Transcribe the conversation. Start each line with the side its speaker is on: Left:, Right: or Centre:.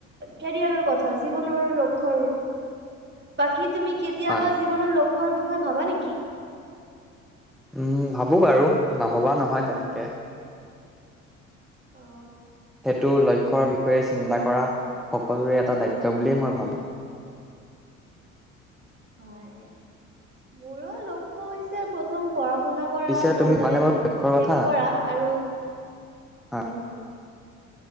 Right: কেৰিয়াৰৰ কথা জীৱনৰ লক্ষ বাকী তুমি কেতিয়াবা
Centre: হয়,
Right: জীৱনৰ লক্ষ্যৰ বিষয়ে ভাবা নেকি?
Centre: উম ভাবো বাৰু নভবা নহয় তেনেকে।
Right: অ!
Centre: সেইটো লক্ষ্যৰ বিষয়ে চিন্তা কৰা সকলোৰে এটা দায়িত্ব বুলিয়েই মই ভাবোঁ।
Right: হয় মোৰো লক্ষ্য হৈছে প্ৰথম পঢ়া শুনা কৰা
Centre: পিছে
Right: ভালদৰে
Centre: তুমি জানে বাৰু লক্ষ্যৰ
Right: শেষ
Centre: কথা?
Right: কৰা আৰু উম!
Centre: হয়,